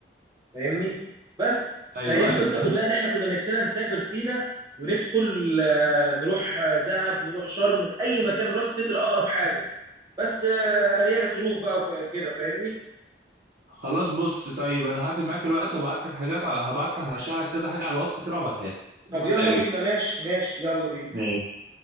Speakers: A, on the right; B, on the right.
A: فاهمني بس
B: ايوه
A: فهي القصه
B: ايوه
A: كلها ان احنا كنا نفسنا نسافر سينا وندخل آه، نروح آه، دهب نروح شرم اي مكان راس سدر اقرب حاجه بس آه، هي ظروف بقى وكده فاهمني
B: خلاص بص طيب انا هقفل معاك الوقت وابعت لك حاجات على هبعت لك هرشح لك كذا حاجه على الواتس كده وابعتها لك
A: طب
B: ممكن
A: يلا
B: تعجبك
A: بينا ماشي ماشي يلا بينا
B: ماشي